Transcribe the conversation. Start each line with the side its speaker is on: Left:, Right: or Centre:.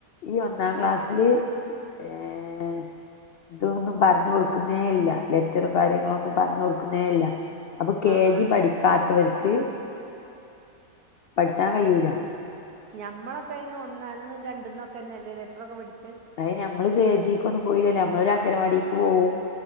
Left: ഈ ഒന്നാം
Right: ഉം
Left: ക്ലാസില് ഏഹേ ഇതൊന്നും പറഞ്ഞ് കൊടുക്കുന്നേ ഇല്ല ലെറ്ററും കാര്യങ്ങളൊന്നും പറഞ് കൊടുക്കുന്നേ ഇല്ല അപ്പൊ കെ
Right: ആഹ്
Left: ജി പഠിക്കാത്തവർക്ക് പഠിച്ചാൻ കഴിയൂല
Right: ഞമ്മളൊക്കെ അയിന് ഒന്നിന്നും രണ്ട്ന്നൊക്കെ തന്നെ അല്ലേ ലെറ്ററൊക്കെ പിഠിച്ചെ?
Left: അയിന് ഞമ്മള് കെജിക്കൊന്നും പോയില്ലല്ലേ നമ്മള് ഒരു അംഗൻവാടിക്ക്
Right: ആഹ്
Left: പോവും